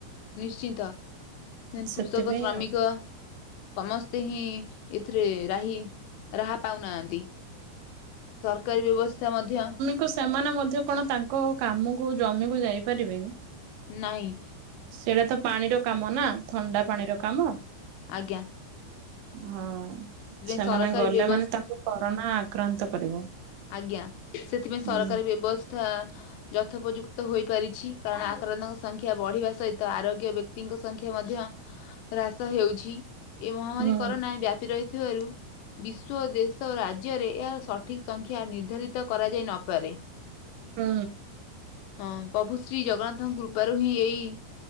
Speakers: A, on the left; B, on the right.
A: ନିଶ୍ଚିନ୍ତ ଦେନ୍
B: ସେଥିପାଇଁ
A: କୃଷକ ଶ୍ରମିକ
B: ଆଉ।
A: ସମସ୍ତେ ହିଁ ଏଥିରେ ରାହି ରାହା ପାଉନାହାନ୍ତି। ସରକାରୀ ବ୍ୟବସ୍ଥା ମଧ୍ୟ
B: କଣ ସେମାନେ ମଧ୍ୟ କଣ ତାଙ୍କ କାମକୁ ଜମିକୁୁ ଯାଇପାରିବେ କି?
A: ନାଇଁ।
B: ସେଇଟା ତ ପାଣିର କାମ ନା ଥଣ୍ଡା ପାଣିର କାମ।
A: ଆଜ୍ଞା।
B: ହଁ
A: ସେଥିପାଇଁ
B: ସେମାନେ
A: ସରକାରୀ
B: ଗଲେ
A: ବ୍ୟବସ୍ଥା
B: ମାନେ ତାଙ୍କୁ କରୋନା ଆକ୍ରାନ୍ତ କରିବ।
A: ଆଜ୍ଞା ସେଥିପାଇଁ
B: ହୁଁ
A: ସରକାରୀ ବ୍ୟବସ୍ଥା ଯଥୋପଯୁକ୍ତ ହୋଇପାରିଛି କାରଣ ଆକ୍ରାନ୍ତଙ୍କ ସଂଖ୍ୟା ବଢିବା ସହିତ ଆରୋଗ୍ୟ ବ୍ୟକ୍ତିଙ୍କ ସଂଖ୍ୟା ମଧ୍ୟ ହ୍ରାସ ହେଉଛି। ଏ ମହାମାରୀ
B: ହୁଁ।
A: କରୋନା ବ୍ୟାପି ରହିଥିବାରୁ ବିଶ୍ଵ, ଦେଶ ଓ ରାଜ୍ୟରେ ଏହାର ସଠିକ୍ ସଂଖ୍ୟା ନିର୍ଦ୍ଧାରିତ କରାଯାଇ ନପାରେ।
B: ହୁଁ
A: ହଁ ପଭୁ ଶ୍ରୀ ଜଗନ୍ନାଥଙ୍କ କୃପାରୁ ହିଁ ଏଇ